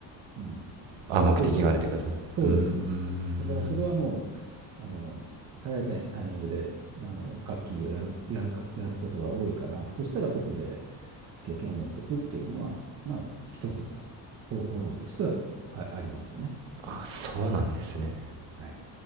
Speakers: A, on the right; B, on the right.
A: うん、
B: あ目的があるということですうーん
A: そうです、そうです。そうです、そうです。だからそれはもう、あの、早いタイタイミングで、あの、楽器をやる、やるか、やることが多いから、そしたらそこで経験を持っておくっていうのは、まあ、一つの方法論としてはあ、ありますよね。
B: あそうなんですね
A: はい。